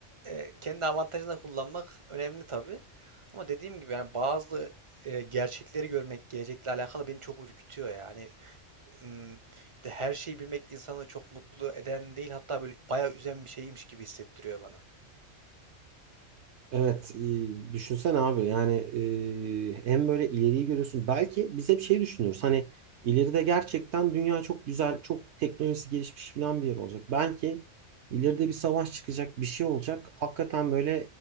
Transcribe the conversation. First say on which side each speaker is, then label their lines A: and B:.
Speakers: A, on the right (about 35°); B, on the right (about 65°).
A: e, kendi avantajını kullanmak önemli tabii. Ama dediğim gibi yani bazı e, gerçekleri görmek gelecekle alakalı beni çok ürkütüyor yani. Hmm, işte her şeyi bilmek insanı çok mutlu eden değil hatta böyle bayağı üzen bir şeymiş gibi hissettiriyor bana.
B: Evet, e, düşünsene abi yani e, hem böyle ileriyi görüyorsun. Belki biz hep şey düşünüyoruz hani ileride gerçekten dünya çok güzel, çok teknolojisi gelişmiş falan bir yer olacak. Belki ileride bir savaş çıkacak, bir şey olacak. Hakikaten böyle